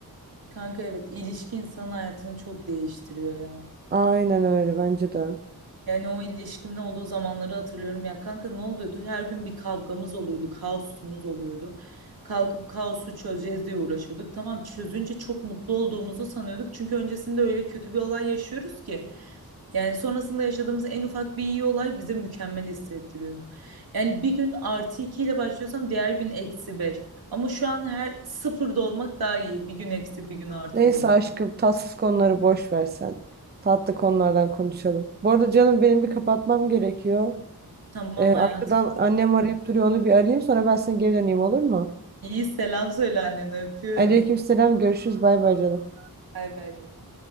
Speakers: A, on the right; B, on the right.
A: Kanka evet ilişki insanın hayatını çok değiştiriyor ya.
B: Aynen öyle bence de.
A: Yani o ilişkimin olduğu zamanları hatırlıyorum ya kanka ne oluyordu? Her gün bir kavgamız oluyordu, kaosumuz oluyordu. Kalkıp kaosu çözeceğiz diye uğraşıyorduk. Tamam çözünce çok mutlu olduğumuzu sanıyorduk. Çünkü öncesinde öyle kötü bir olay yaşıyoruz ki. Yani sonrasında yaşadığımız en ufak bir iyi olay bize mükemmel hissettiriyordu. Yani bir gün artı iki ile başlıyorsam diğer gün eksi beş. Ama şu an her sıfırda olmak daha iyi. Bir gün eksi bir gün artı
B: Neyse
A: olmaktan.
B: aşkım tatsız konuları boş ver sen. Tatlı konulardan konuşalım. Bu arada canım benim bir kapatmam gerekiyor.
A: Tamam
B: Ee, arkadan
A: hayatım.
B: annem arayıp duruyor onu bir arayayım sonra ben sana geri döneyim olur mu?
A: İyi selam söyle annene öpüyorum.
B: Aleykümselam görüşürüz bay bay canım.
A: Bay bay bebeğim.